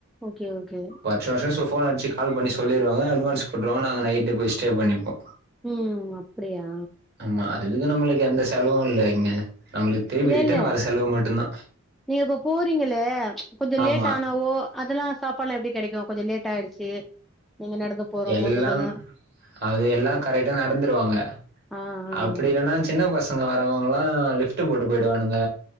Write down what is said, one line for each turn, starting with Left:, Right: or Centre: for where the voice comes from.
Centre: ஓகே ஓகே
Right: வர்ஷா வருஷோ சோ போன் அட்ச்சு கால் பண்ணக சொல்லிருவாங்க அட்வான்ஸ் போட்டுவாங்க நாங்க நைட்டு போய் ஸ்டே பண்ணிப்போ
Centre: ம் ம் அப்டியா
Right: ஆ அததுக்கு நம்மளுக்கு எந்த செலவு இல்ல இங்க நம்மளுக்கு திரும்பி
Centre: இல்ல
Right: ரிட்டன்
Centre: இல்ல
Right: வர செலவு மட்டுந்தா
Centre: நீங்க இப்ப போறீங்களே கொஞ்ச
Right: ஆமா
Centre: லேட் ஆனவோ அதல்லா சாப்பாட்லா எப்டி கெடைக்கு கொஞ்ச லேட் ஆயிடுச்சு நீங்க நடக்க போறோம்
Right: எல்லா
Centre: போது கொஞ்சோ
Right: அது எல்லாம் கரெக்டா நடந்துருவாங்க
Centre: ஆ ஆ ஆ
Right: அப்டி இல்லன்னா சின்ன பசங்க வர்றவுங்கல்லா லிப்ட்டு போட்டு போயிடுவானுங்க